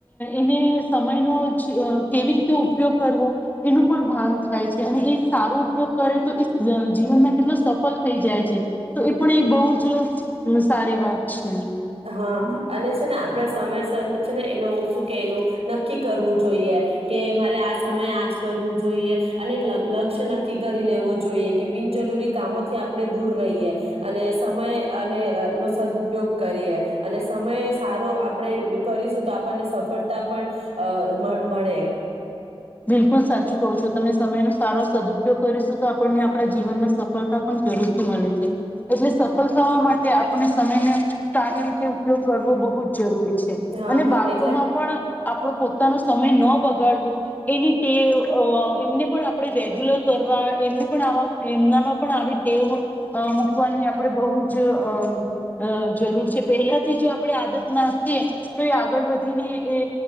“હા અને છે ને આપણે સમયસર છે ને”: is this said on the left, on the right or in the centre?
Right